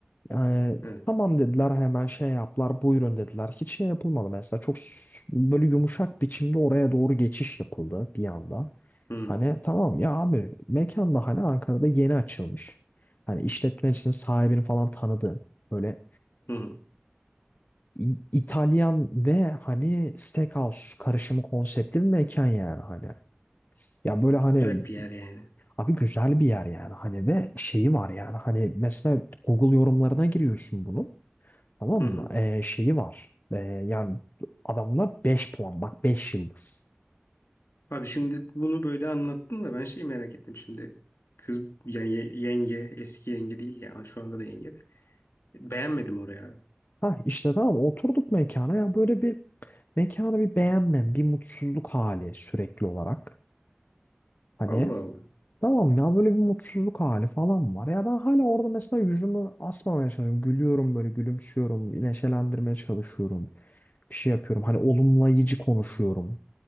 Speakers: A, on the left; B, on the left.
A: e,
B: Evet.
A: tamam dediler hemen şey yaptılar buyurun dediler. Hiç şey yapılmadı mesela çok s- böyle yumuşak biçimde oraya doğru geçiş yapıldı bir anda.
B: Hı hı.
A: Hani tamam ya abi mekan da hani Ankara'da yeni açılmış. Hani işletmecisinin sahibini falan tanıdığım böyle
B: Hı hı.
A: İ- İtalyan ve hani steakhouse karışımı konseptli bir mekan yani hani. Ya böyle hani
B: Güzel bir yer yani.
A: abi güzel bir yer yani hani ve şeyi var yani hani mesela Google yorumlarına giriyorsun bunu tamam
B: Hı
A: mı?
B: hı.
A: Ee, şeyi var Ee, yani adamla beş puan bak 5 yıldız.
B: Abi şimdi bunu böyle anlattın da ben şeyi merak ettim şimdi. Kız yani ye- yenge, eski yenge değil ya şu anda da yenge. de. Beğenmedim oraya abi.
A: Ha işte tamam oturduk mekana ya böyle bir mekanı bir beğenmem bir mutsuzluk hali sürekli olarak. Hani
B: Allah Allah.
A: Tamam ya böyle bir mutsuzluk hali falan var. Ya ben hala orada mesela yüzümü asmamaya çalışıyorum. Gülüyorum böyle gülümsüyorum. Neşelendirmeye çalışıyorum. Bir şey yapıyorum. Hani olumlayıcı konuşuyorum.